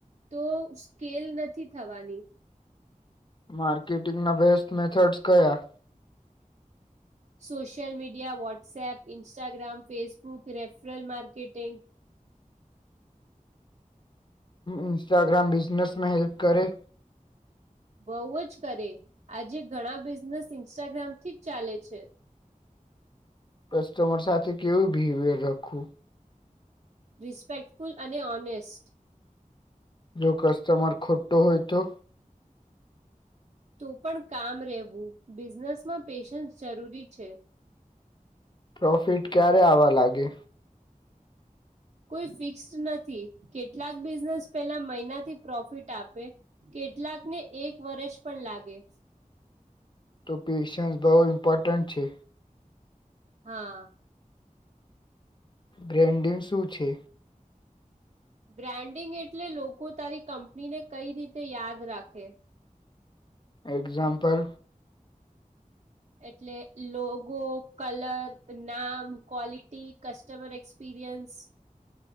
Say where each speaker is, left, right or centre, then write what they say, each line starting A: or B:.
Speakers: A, on the right (about 50°); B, on the left (about 35°).
A: તો સ્કેલ નથી થવાની.
B: માર્કેટિંગના બેસ્ટ મેથડસ કયા.
A: Social media WhatsApp Instagram Facebook referral marketing.
B: Instagram બિઝનેસમાં હેલ્પ કરે.
A: બહુ જ કરે આજે ઘણા બિઝનેસ ઇન્સ્ટાગ્રામ થી જ ચાલે છે.
B: કસ્ટમર સાથે કેવું બિહેવિયર રાખવું.
A: રિસ્પેક્ટફુલ અને ઓનેસ્ટ.
B: જો કસ્ટમર ખોટો હોયતો?
A: તો પણ કામ રહેવું બિઝનેસ માં પેશન્સ જરૂરી છે.
B: પ્રોફિટ ક્યારે આવવા લાગે?
A: કોઈ ફિક્સ નથી કેટલાક બિઝનેસ પેલા મહિનાથી પ્રોફિટ આપે. કેટલાક ને એક વર્ષ પણ લાગે.
B: તો પેેશન્સ બહુ મપોટન્ટન્ટ છે.
A: હા
B: બ્રેન્ડિંગ શું છે?
A: બ્રાન્ડિંગ એટલે લોકો તારી કંપનીને કઈ રીતે યાદ રાખે.
B: એક્ઝામ્પલ!
A: એટલે લોગો, કલર, નામ, ક્વોલિટી, કસ્ટમર એક્સપિરિયન્સ